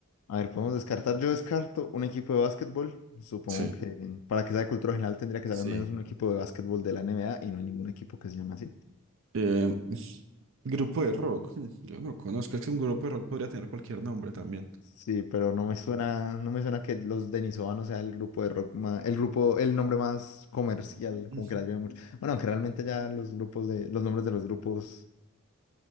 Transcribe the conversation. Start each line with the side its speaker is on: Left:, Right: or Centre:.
Left: A ver, podemos descartar. Yo descarto un equipo de básquetbol. Supongo
Right: Sí,
Left: que para que sea de cultura general tendría que
Right: sí.
Left: ser al menos un equipo de básquetbol de la NBA y no hay ningún equipo que se llame así.
Right: Eh, es- grupo de rock. hmm, Yo no conozco. Es que un grupo de rock podría tener cualquier nombre también.
Left: Sí, pero no me suena, no me suena que los denisovanos sea el grupo de rock más, el grupo, el nombre más comercial, como
Right: Ujú.
Left: que la lleve mucho. Bueno, aunque realmente ya los grupos de, los nombres de los grupos